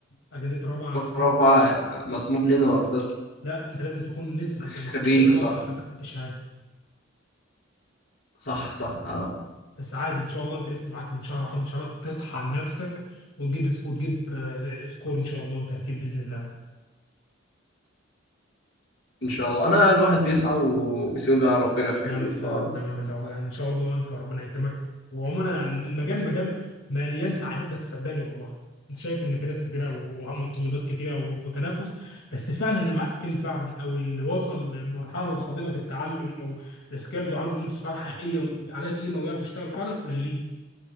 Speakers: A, on the left; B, on the left.
A: اجازه رابعه هتكون
B: رابعه
A: انت
B: آه، مسموح لنا بس
A: لا انت لازم تكون لسه في الجامعه
B: خريج
A: فانت اجازه رابعه
B: صح
A: تكون خدت خدت الشهاده
B: صح صح آه.
A: بس عادي ان شاء الله انت لسه معاك من شهر لحد شهر تطحن نفسك وتجيب وتجيب آه، سكور ان شاء الله وترتيب باذن الله
B: ان شاء الله انا الواحد بيسعى وبيسيب بقى ربنا فاهمني
A: نعم بالله
B: فبس
A: نعم بالله والله يعني ان شاء الله انت ربنا يكرمك وعموما يعني المجال مجال مليان تعقيدات بس صدقني والله انت شايف ان في ناس كتيره ومتطلبات كتيره وتنافس بس فعلا اللي معاه سكيل فعلا او اللي وصل لمرحله القادمه في التعلم او السكيلز وعمل بروجكتس فعلا حقيقيه على القيمه ويعرف يشتغل فعلا قليلين